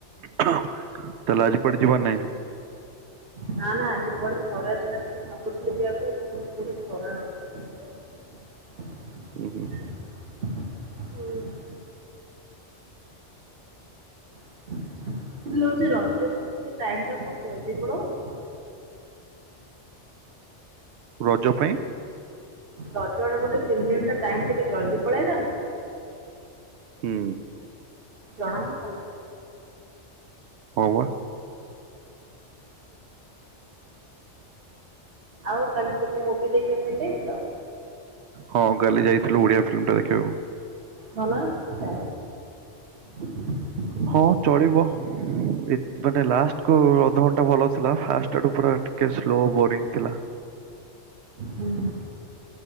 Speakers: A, on the right; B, on the right.
A: ତାହେଲେ ଆଜି କୁଆଡ଼େ ଯିବାର ନାଇଁ?
B: ନା ନା ଆଜି କୁଆଳେ ଖରା ଯାହା ଟିକେ ଭାବୁଥିଲେ ଯିବା ପାଇଁ ଆଜି ବହୁତ ଜୋରେ ଖରା ଅଉଛି ଯାଏ ହବନି। <inaudible>
A: ହୁଁ ହୁଁ।
B: ହୁଁ। <unintelligible> ରଜ ପରେ ଟିକେ ଟାଇମ ଟା ବହୁତ ଜଲଦି ପଡଉନି?
A: ରଜ ପାଇଁ?
B: ତଜର ବୋଲେ ତିନି ଦିନ ଟା ଟାଇମ ଟିକେ ଜଲଦି ପଳେଇଲାନି?
A: ହୁଁ।
B: ଜଣାଇ ପଲନି
A: ହଁ ବା।
B: ଆଉ କାଲି ତୁମେ ମୁଭି ଦେଖିବା ପାଇଁ ଯାଇଥିଲ?
A: ହଁ କାଲି ଯାଇଥିଲୁ ଓଡିଆ ଫିଲ୍ମ ଟା ଦେଖିବାକୁ।
B: ଭଲ ଆସିଥିଲା? <inaudible>
A: ହଁ ଚଳିବ। ଏ ମାନେ ଲାଷ୍ଟ କୁ ଅଧଘଣ୍ଟା ଭଲ ଥିଲା ଫାଷ୍ଟଆଠୁ ପୁରା ଟିକେ ସ୍ଲୋ ବୋରିଙ୍ଗ ଥିଲା।
B: ହୁଁ ହୁଁ।